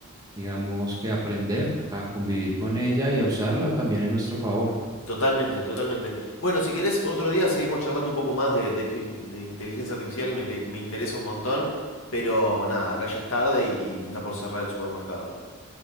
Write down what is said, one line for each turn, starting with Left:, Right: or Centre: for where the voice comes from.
Right: digamos, que aprender a convivir con ella y a usarla también en nuestro favor.
Left: Totalmente, totalmente. Bueno, si querés, otro día seguimos charlando un poco más de, de esto in- de inteligencia artificial que me, te- me interesa un montón, pero nada, acá ya es tarde y, y me está por cerrar el supermercado.